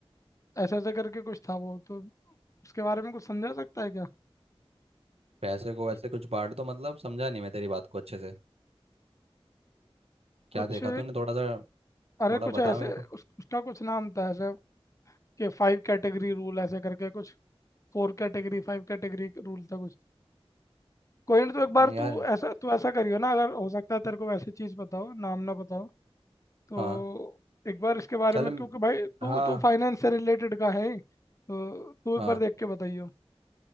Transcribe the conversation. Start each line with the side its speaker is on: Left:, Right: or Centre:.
Left: ऐसे ऐसे करके कुछ था वो तो उसके बारे में कुछ समझा सकता है क्या
Right: पैसे को
Left: कि
Right: ऐसे कुछ बांट दो मतलब समझा नहीं मैं तेरी बात को अच्छे से क्या
Left: कुछ
Right: देखा तूने थोड़ा सा
Left: अरे
Right: थोड़ा
Left: कुछ
Right: बता
Left: ऐसे
Right: मेरे को
Left: उस, उसका कुछ नाम था ऐसे कि फाइव कैटेगरी रूल ऐसे करके कुछ फोर कैटेगरी फाइव कैटेगरी रूल था कुछ कोई ना तो एक बार
Right: नहीं यार
Left: तू ऐसा तू ऐसा करियो ना अगर हो सकता है तेरे को वैसी चीज़ बताओ नाम ना बताओ तो
Right: हाँ
Left: एक बार इसके बारे
Right: चल
Left: में
Right: म-
Left: क्योंकि भाई तू
Right: हाँ
Left: तू फाइनेंस से रिलेटेड का है ही, तो तू
Right: हाँ
Left: एक बार देख के बताइयो